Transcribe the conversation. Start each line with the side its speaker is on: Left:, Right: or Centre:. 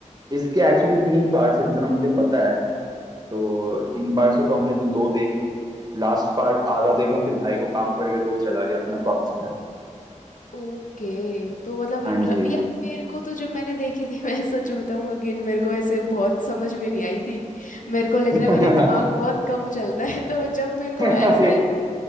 Right: इसके एक्चुअली तीन पार्ट्स है जितना मुझे पता है तो तीन पार्ट्स है तो हमने तो दो देख ली लास्ट पार्ट आधा देखा फिर भाई को काम पड़ गया तो वो चला गया अपना वापस घर
Left: ओके तो मतलब
Right: हाँ
Left: इंटर
Right: जी
Left: यार मेरे को तो जब मैंने देखी थी <laughs> मैं सच बताऊं अगेन मेरे को ऐसे बहुत समझ में नहीं आई थी मेरे को लग
Right: <laughs>
Left: रहा है मेरा दिमाग बहुत कम चलता है तो जब मेरे को ऐसे
Right: अरे